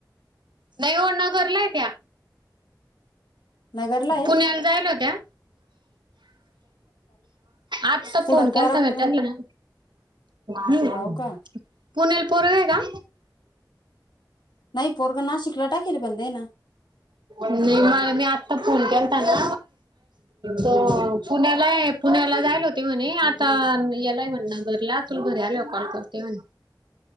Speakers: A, on the right; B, on the left.
A: नाही हो, नगरलाय आहे त्या.
B: नगरला आहे
A: पुण्याला जायला होत्या. आत्ता
B: कुठं
A: फोन
B: पोराकडे
A: केलता ना त्यांनी ना? हं
B: हो का
A: पुण्या पोरगं आहे का?
B: नाही पोरग ना शिक्रट हाय. फेर बंद हय ना?
A: नाही म म्या आत्ता फोन केलता ना, तो पुण्याला आहे. पुण्याला जायला होते म्हणे. आता यालाय म्हणे नगरला. तुला घरी आल्यावर कॉल करतो म्हणे.